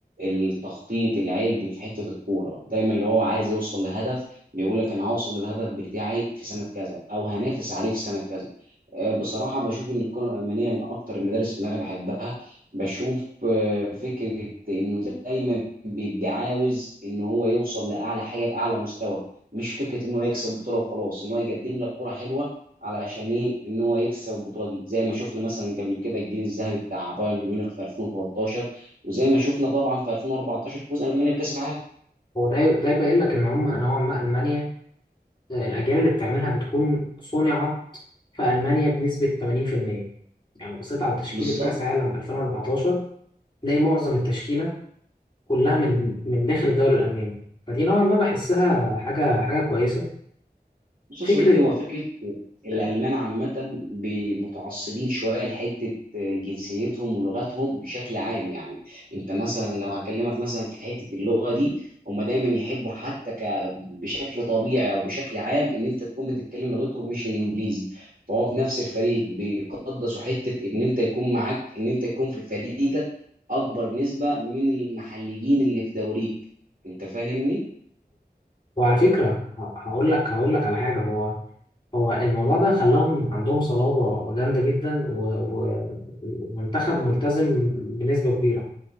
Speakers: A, on the right; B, on the left.
A: التخطيط العلمي في حته الكوره دايما اللي هو عايز يوصل لهدف بيقول لك انا هوصل للهدف بتاعي في سنه كذا او هنافس عليه في سنه كذا آه، بصراحه بشوف ان الكره الالمانيه من اكتر المدارس اللي انا بحبها بشوف آه، فكره انه دايما بيبقى عاوز ان هو يوصل لاعلى حاجه باعلى مستوى مش فكره ان هو يكسب بطوله وخلاص ان هو يقدم لك كره حلوه علشان ايه ان هو يكسب البطوله دي زي ما شفنا مثلا قبل كده الجيل الذهبي بتاع بايرن ميونخ في 2013 وزي ما شفنا طبعا في 2014 فوز المانيا بكاس العالم
B: هو ده ده يبين لك إن هم نوعا ما ألمانيا آه، الأجيال اللي بتعملها بتكون صنعت في ألمانيا بنسبة 80% يعني لو بصيت على تشكيلة
A: بالظبط
B: كأس عالم 2014 تلاقي معظم التشكيلة كلها من من داخل الدوري الألماني فدي نوعا ما بحسها حاجة حاجة كويسة
A: بص يا
B: فكرة
A: صديقي هو فكرة الألمان
B: آه،
A: عامة بي- متعصبين شوية لحتة جنسيتهم ولغتهم بشكل عام يعني أنت مثلا لو هكلمك مثلا في حتة اللغة دي هم دايما يحبوا حتى ك بشكل طبيعي أو بشكل عام إن أنت تكون بتتكلم لغتهم مش الإنجليزي فهو في نفس الفريق بيقدسوا حتة إن أنت يكون معاك إن أنت يكون في فريقك أكبر نسبة من المحليين اللي في دوريك أنت فاهمني؟
B: وعلى فكرة ه- هقول لك هقول لك على حاجة هو هو الموضوع ده خلاهم عندهم صلابة جامدة جدا و- و- ومنتخب ملتزم بنسبة كبيرة